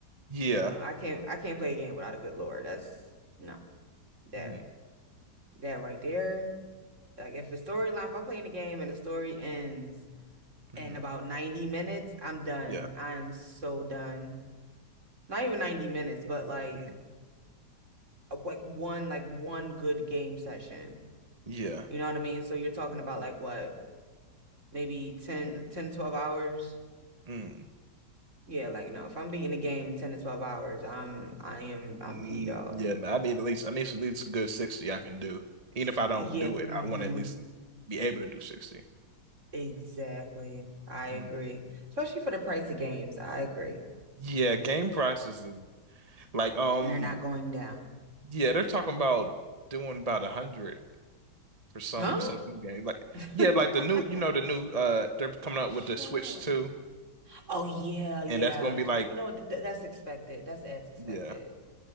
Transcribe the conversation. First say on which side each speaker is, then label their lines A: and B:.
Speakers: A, on the right (about 25°); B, on the right (about 45°).
A: yeah,
B: You know, I can't I can't play a game without a good lore. That's no. That
A: mm,
B: that right there. Like if a storyline, if I'm playing a game and the story ends
A: mm,
B: in about 90 minutes, I'm done.
A: yeah,
B: I'm so done. Not even 90 minutes, but like
A: mm,
B: uh, like one like one good game session.
A: yeah,
B: You know what I mean? So you're talking about like what, maybe ten, ten, 12 hours?
A: mm,
B: Yeah, like no, if I'm beating a game in 10 to 12 hours, I'm I am I'm
A: mm,
B: peed off.
A: yeah. no, I need at least I need at least a good sixty I can do. Even if I don't
B: Yeah,
A: do it,
B: hmm
A: I want to at least be able to do sixty.
B: Exactly. I agree.
A: Mm.
B: Especially for the price of games. I agree.
A: Yeah, game prices and like um
B: And they're not going down.
A: Yeah, they're talking about doing about a hundred for some
B: Huh?
A: some new game. Like
B: <laughs>
A: yeah, like the new you know the new uh they're coming out
B: Shut
A: with the Switch
B: up.
A: 2
B: Oh yeah, yeah.
A: and that's gonna be like
B: You know th th- that's expected. That's as expected.
A: yeah.